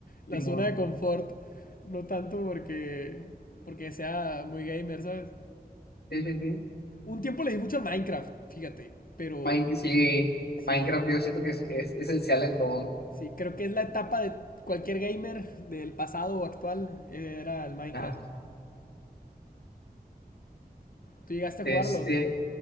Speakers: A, on the left (about 60°); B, on the left (about 75°).
A: la
B: Simón.
A: zona de confort. No tanto porque, porque sea muy gamer, ¿sabes?
B: Sí, sí, sí.
A: Un tiempo le di mucho al Minecraft, fíjate, pero
B: Mine- sí,
A: sí,
B: Minecraft yo siento que es, es esencial en todo.
A: Sí, creo que es la etapa de cualquier gamer del pasado o actual, eh, era el Minecraft.
B: Ajá.
A: ¿Tú llegaste a
B: Este,
A: jugarlo?